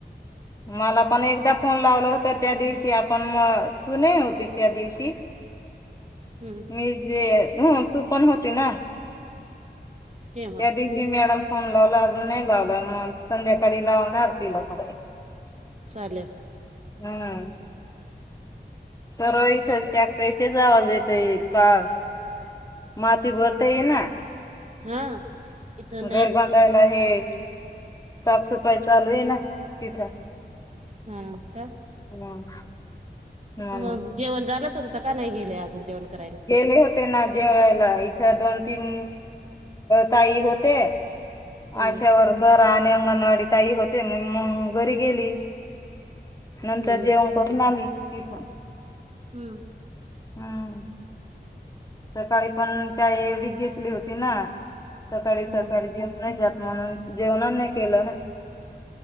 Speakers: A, on the left; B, on the right.
A: मला पण एकदा फोन लावला होता त्या दिवशी आपण म त नाही होती त्या दिवशी
B: हम्म
A: मी जे ह तू पण होती ना
B: तेव्हा
A: या दे मॅडम फोन लावला अजून नाही लावला मग संध्याकाळी लावणार तिला फ
B: चालेल
A: हम्म सर्व इथं त्याशच आवाज येतय का मााती भरता येई ना
B: हा इथं नाही
A: घर बांधायला आहे साफ सफाई चालू आहे ना तिथं
B: हा का
A: हम ह
B: मग जेवण झालं तुमचं का नाही गेले अजून जेवण करायला?
A: गले होते ना जेवला दोन तीन ताई होते
B: हम्म
A: अशावरबर अंगणवाडी ताई होते मग घरी गेली नंतर
B: हम्म
A: जेवण करून आली तिथून
B: हम्म
A: हम सकाळी पण चाय एवढी घेतली होती ना सकाळी
B: हम्म
A: सकाळी जेव नाही जात म्हणून जेवणानी केलं ना